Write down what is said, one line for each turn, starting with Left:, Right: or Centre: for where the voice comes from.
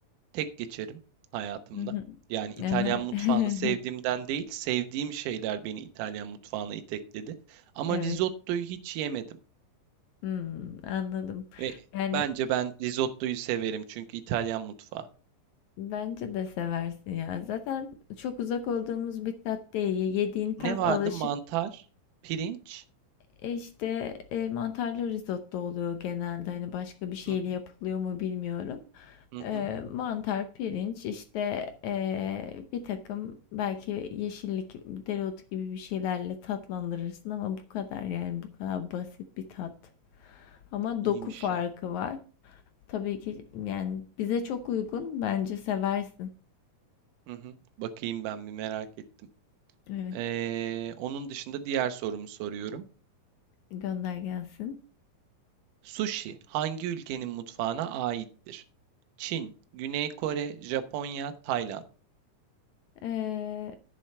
Right: Tek geçerim hayatımda.
Left: Hı hı.
Right: Yani İtalyan
Left: Ehe.
Right: mutfağını
Left: <laughs>
Right: sevdiğimden değil, sevdiğim şeyler beni İtalyan mutfağına itekledi. Ama
Left: Evet.
Right: risottoyu hiç yemedim
Left: Hımm, anladım.
Right: ve
Left: Yani,
Right: bence ben risottoyu severim çünkü İtalyan mutfağı.
Left: bence de seversin ya. Zaten çok uzak olduğumuz bir tat değil. Ye yediğin tat
Right: Ne vardı?
Left: alışık,
Right: Mantar, pirinç.
Left: eee, işte, eee, mantarlı risotto oluyor genelde. Hani, başka bir şeyle
Right: Hı hı
Left: yapılıyor mu bilmiyorum.
Right: hı
Left: Eee,
Right: hı.
Left: mantar, pirinç, işte, e, bir takım belki yeşillik, dereotu gibi bir şeylerle tatlandırırsın ama bu kadar, yani, bu kadar basit bir tat. Ama
Right: İyiymiş
Left: doku farkı
Right: ya.
Left: var. Tabii ki yani bize çok uygun. Bence seversin.
Right: Hı hı. Bakayım ben bir merak ettim.
Left: Evet.
Right: Ee, onun dışında diğer sorumu soruyorum.
Left: Gönder gelsin.
Right: Sushi hangi ülkenin mutfağına aittir? Çin, Güney Kore, Japonya, Tayland.
Left: Ee,